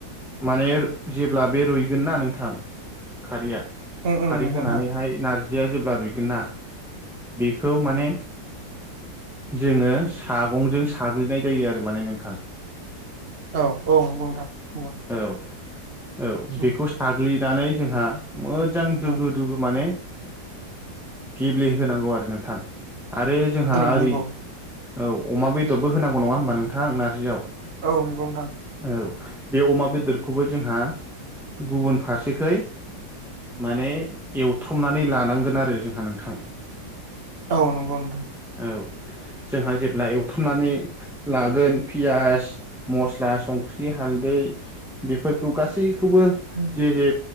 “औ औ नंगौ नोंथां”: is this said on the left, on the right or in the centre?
Right